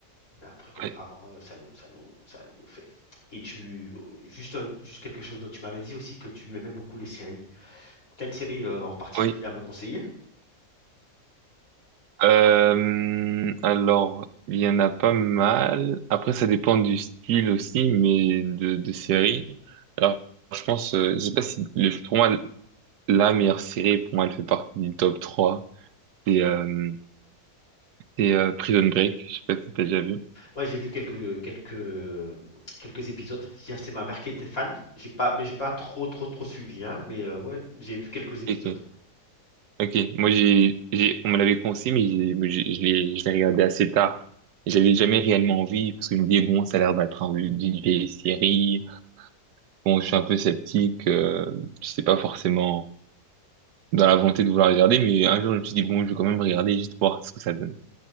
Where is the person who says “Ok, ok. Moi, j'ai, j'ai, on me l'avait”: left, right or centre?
Right